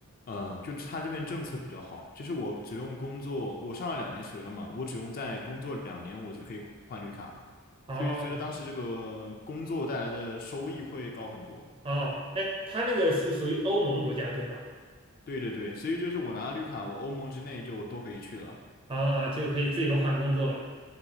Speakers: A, on the left; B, on the right.
A: 呃，就他这边政策比较好，就是我只用工作，我上了两年学了嘛，我只用再工作两年，我就可以换绿卡，
B: 哦
A: 所以就觉得当时这个工作带来的收益会高很多。
B: 哦，哎，他那个是属于欧盟国家对吧？
A: 对对对，所以就是我拿了绿卡，我欧盟之内就都可以去了。
B: 哦，就可以自由换工作了。